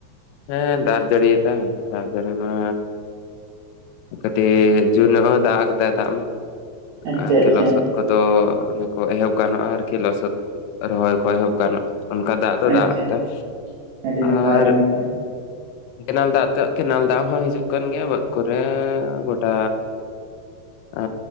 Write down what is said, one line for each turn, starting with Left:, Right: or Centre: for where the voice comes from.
Left: ᱦᱮᱸ ᱫᱟᱜ ᱡᱟᱹᱲᱤᱭᱮᱫᱟ ᱫᱟᱜ ᱡᱟᱹᱲᱤ ᱢᱟᱻ ᱠᱟᱴᱤᱡᱻ ᱡᱳᱨ ᱱᱚᱜ ᱦᱚᱸ ᱫᱟᱜ ᱟᱠᱟᱭ ᱫᱟᱜ ᱢᱟ
Right: ᱟᱪᱪᱷᱟ
Left: ᱟᱨ ᱤᱝᱠᱟᱹ
Right: ᱟᱪᱪᱷᱟ
Left: ᱞᱚᱥᱚᱫ ᱠᱚᱫᱚ ᱚᱱᱮ ᱠᱚ ᱮᱦᱚᱵ ᱜᱟᱱᱚᱜᱼᱟ ᱟᱨᱠᱤ ᱞᱚᱥᱚᱫ ᱨᱚᱦᱚᱭ ᱠᱚ ᱮᱦᱚᱵ ᱜᱟᱱᱚᱜᱼᱟ ᱾ ᱚᱱᱠᱟ ᱫᱟᱜ ᱫᱚ
Right: ᱟᱪᱪᱷᱟ
Left: ᱫᱟᱜ ᱠᱚᱫᱟᱭ,
Right: ᱟᱹᱰᱤ ᱱᱟᱯᱟᱭ
Left: ᱟᱨ
Right: ᱟᱹᱰᱤ ᱱᱟᱯᱟᱭ
Left: ᱠᱮᱱᱮᱞ ᱫᱟᱜ ᱛᱮᱜ ᱠᱮᱱᱮᱞ ᱫᱟᱜ ᱦᱚᱸ ᱦᱤᱡᱩᱜ ᱠᱟᱱ ᱜᱮᱭᱟ ᱵᱟᱹᱫᱽ ᱠᱚᱛ ᱨᱮᱻ ᱜᱚᱴᱟᱻ ᱟᱻ